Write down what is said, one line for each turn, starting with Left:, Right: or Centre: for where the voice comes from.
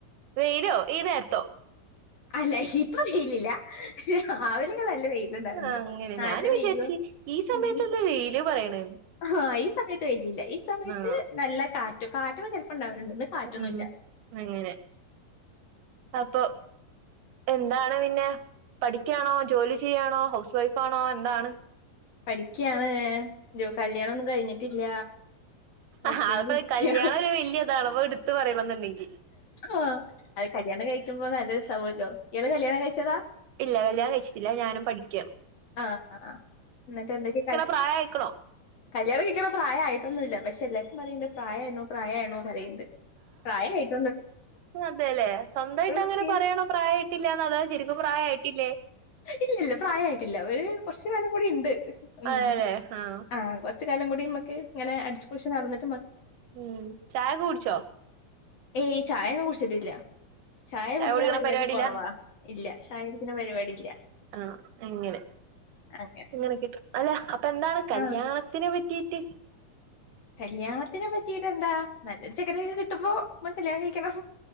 Right: വയിലോ ഈ നേരത്തോ
Left: അല്ല ഇപ്പൊ വെയിലില്ല പക്ഷ രാവിലൊക്കെ നല്ല വെയില ഉണ്ടാവറുണ്ട്
Right: ആ അങ്ങനെ
Left: നല്ല
Right: ഞാനും
Left: വെയിലും
Right: വിചാരിച്ച് ഈ
Left: ഉ
Right: വെയില് പറയണ്
Left: ആഹ ഈ സമയത്ത് വെയിൽ ഇല്ല ഈ സമയത്ത്
Right: ആ
Left: നല്ല കാറ്റും കാറ്റ ച ഉണ്ടാവണ്ട് കാറ്റൊന്നുമല്ല
Right: ഉം അങ്ങനെ അപ്പൊ എന്താണ് പിന്നെ പഠിക്കാണോ ജോലി ചെയ്യാണോ ഹൗസ് വൈഫ് ആണോ എന്താണ്
Left: പഠിക്കയാണ് കല്യാണൊന്നും കഴിഞ്ഞിട്ടില്ല പഠിച്ചോണ്ടിരിക്ക
Right: അ കല്യാണം ഒരു വലിയ ഇതാണ് അപ്പൊ എടുത്ത പറയണ എന്നുണ്ടെങ്കിൽ
Left: ആ അത് കല്യാണം കഴിക്കുമ്പോ നല്ലൊരു സൗഖല്ലോ ഇയാള് കല്യാണം കഴിച്ചതാ
Right: ഇല്ല കല്യാണം കഴിച്ചിട്ടില്ല ഞാനും പഠിക്കാ
Left: ആ എന്നിട്ട് എന്തൊക്കെയ
Right: പ്രായം ആയിക്കണോ
Left: കല്യാണം കഴിക്കണ പ്രായമായിട്ട് ന്നില്ല പക്ഷെ എല്ലാരും പറയണ്ട് പ്രായമയിണ് പ്രായമയിണ് പറയണ്ട് പ്രായട്ട
Right: അതെല്ലെ സ്വന്തമായിട്ട് അങ്ങനെ
Left: സ്കിൻ
Right: പറയണോ പ്രായ ഇട്ടില്ലന്ന് അതാ ശരിക്കും പ്രായമായിട്ടില്ലേ
Left: ഇല്ലല്ല പ്രായമായിട്ടില്ല ഒരു കൊറച്ചു പേനം കൂടി ഉണ്ട് ഉ
Right: അതെല്ലേ ആഹ്
Left: ആ് കൊറ ക കൂടി ഇനെ അടിച്ച് പോളിച്ചു നടന്നി
Right: ഉം ചായ കുടിച്ചോ
Left: ഏയ് ഈ ചായയന്നും കുടിച്ചിട്ടില്ല ചായ കുടിക്കുന്ന
Right: കുടിക്കണ
Left: പരിപാടി
Right: പരിപാടിയിലാ
Left: കൊറവാ ഇല്ല ചായ കുടിക്കുന്ന പരിപാടി ഇല്ല
Right: ആഹ എങ്ങനെ
Left: അങ്ങനെ
Right: ഇങ്ങനെ കിട്ടും അല്ലെ അപ്പൊന്ത എന്താണ് കല്യാണത്തിനെ
Left: ആഹ്
Right: പറ്റിട്ട്
Left: കല്യാണത്തിനെ പറ്റിയിട്ട് എന്താ നല്ലൊരു ചക്കനെ കിട്ടുമ്പോ നമ്മ കല്യാണം കഴിക്കണം